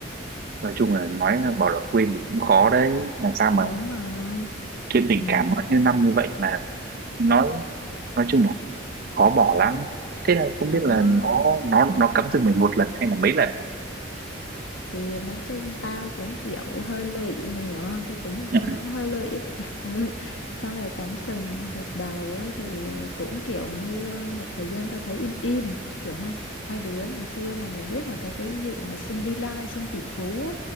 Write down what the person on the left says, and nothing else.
đúng rồi
ừ.
đó
thì nói chung tao cũng kiểu hơi lụy mày hiểu không cái tính của
tao nó cũng hơi lụy á. <laughs> ừ. xong rồi cắm sừng đợt đầu á, thì ờ, cũng kiểu như ờ, một thời gian tao thấy im im kiểu hai hai đứa ngày xưa mà mày biết là cái cái vụ mà sim Bi Lai sim tỷ phú á